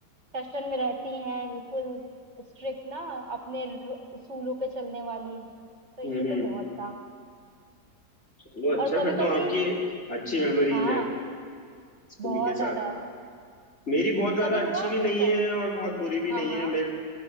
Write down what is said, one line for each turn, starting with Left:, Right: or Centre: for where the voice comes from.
Right: टशन में रहती हैं बिल्कुल स्ट्रिक्ट ना अपने रू- उसूलों पे चलने वाली तो ये
Left: हम्म
Right: तो
Left: हम्म
Right: बहुत था
Left: चलो अच्छा
Right: और कभी
Left: फिर
Right: कभी
Left: तो आपकी अच्छी मेमोरीज
Right: हाँ
Left: हैं स्कूल
Right: बहुत
Left: के साथ
Right: ज्यादा
Left: मेरी बहुत ज्यादा
Right: कभी
Left: अच्छी
Right: हुआ आपके
Left: भी नहीं
Right: साथ
Left: है और बहुत बुरी भी
Right: हाँ
Left: नहीं
Right: हाँ
Left: है मेरे